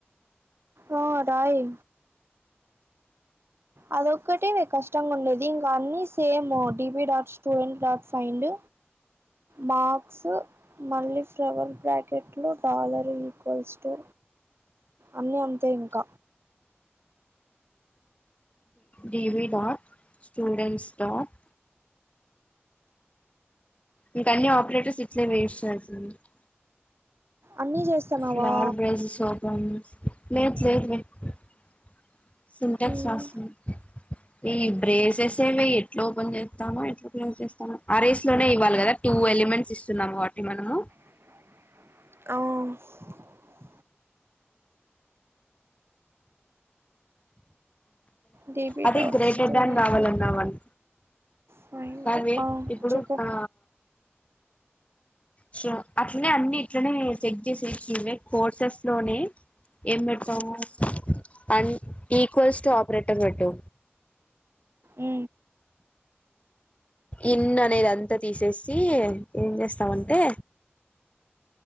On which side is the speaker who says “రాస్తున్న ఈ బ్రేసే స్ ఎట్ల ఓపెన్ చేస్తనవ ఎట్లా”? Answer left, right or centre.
Left